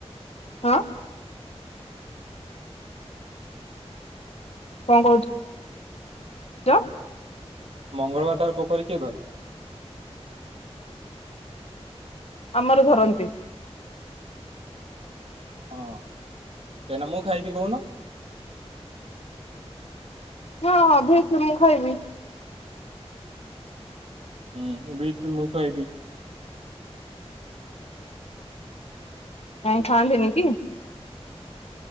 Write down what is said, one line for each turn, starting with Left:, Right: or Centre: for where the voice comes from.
Left: ହଁ। କଣ କହୁଛ? ଡ।
Right: ମଙ୍ଗଳବାର ଟାରେ ପୋଖରୀ କିଏ ଧରେ?
Left: ଆମର ଧରନ୍ତି।
Right: ହଁ କହିଁକି ନା ମୁଁ ଖାଇବି କହୁନ।
Left: ହଁ ଭିସି ମୁଁ ଖାଇବି।
Right: ହଁ ବିଟି ମୁଁ ଖାଇବି।
Left: କାଇଁ ଖାନ୍ତିନିକି?